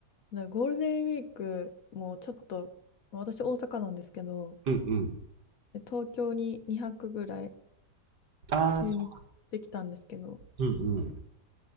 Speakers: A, on the left; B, on the right.
A: でゴールデンウィークもちょっと、まあ私大阪なんですけど、
B: うんうん。
A: で東京に2泊ぐらい
B: ああ、
A: 急にできたんですけど、
B: そううんうん。